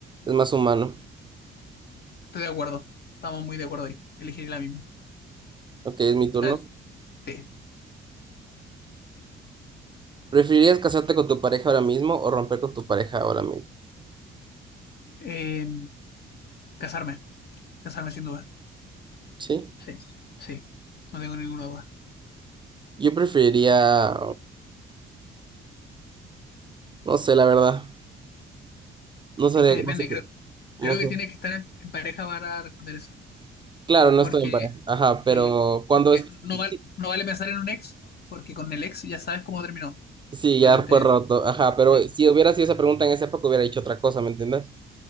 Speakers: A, on the right; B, on the left.
A: es más humano.
B: Estoy de acuerdo. Estamos muy de acuerdo ahí. Elegir la misma.
A: Ok, es mi turno.
B: Dale. Sí.
A: ¿Preferirías casarte con tu pareja ahora mismo o romper con tu pareja ahora mismo?
B: Eh, Casarme, casarme sin duda.
A: ¿Sí?
B: Sí. Sí, no tengo ninguna duda.
A: Yo preferiría, no sé, la verdad. No sabría,
B: Es que depende,
A: no sé, qué-
B: creo, creo
A: no sé.
B: que tienes que estar en, en pareja para responder esa.
A: Claro, no
B: Porque,
A: estoy en pareja. Ajá, pero
B: sí,
A: cuando
B: porque
A: es...
B: no, val-
A: Sí,
B: no vale pensar en un ex, porque con el ex ya sabes cómo terminó.
A: sí,
B: Obviamente,
A: ya fue roto. Ajá, pero
B: sí,
A: si hubiera sido esa pregunta en esa época hubiera dicho otra cosa, ¿me entiendes?